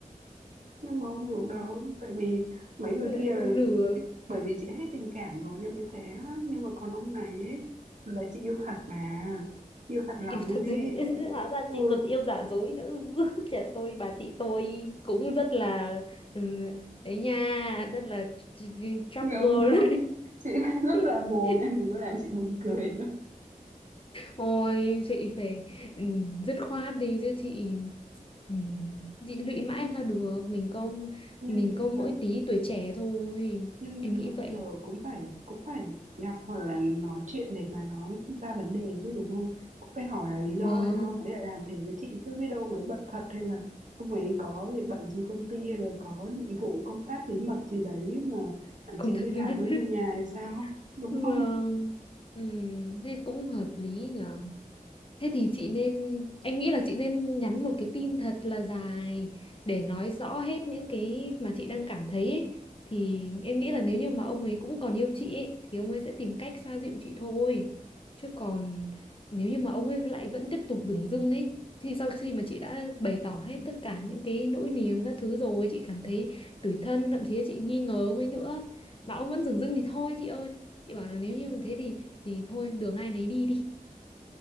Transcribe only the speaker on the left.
Thế
không được
yêu
thật
nhưng <laughs> hóa ra
chị còn yêu giả dối nữa <laughs> trời ơi bà chị tôi cũng rất là ừ, ấy nha rất là ch- ch- chóc
girl
<laughs>
ôi chị phải ừ, dứt khoát đi chứ chị ừ, chị lụy mãi em ra được mình có
mình có
mỗi
tí tuổi trẻ thôi
em nghĩ
vậy
vâng
công
thật bí
mật
<laughs>
vâng
ừ, thế cũng hợp lý nhở Thế thì chị nên, em nghĩ là chị nên nhắn một cái tin thật là dài để nói rõ hết những cái mà chị đang cảm thấy ấy. Thì em nghĩ là nếu như mà ông ấy cũng còn yêu chị ấy, thì ông ấy sẽ tìm cách xoa dịu chị thôi. Chứ còn nếu như mà ông ấy lại vẫn tiếp tục dửng dưng ấy, thì sau khi mà chị đã bày tỏ hết tất cả những cái nỗi niềm các thứ rồi, chị cảm thấy tủi thân, thậm chí là chị nghi ngờ ông ấy nữa. Mà ông vẫn dửng dưng thì thôi chị ơi. Chị bảo là nếu như thế thì thì thôi đường ai nấy đi đi.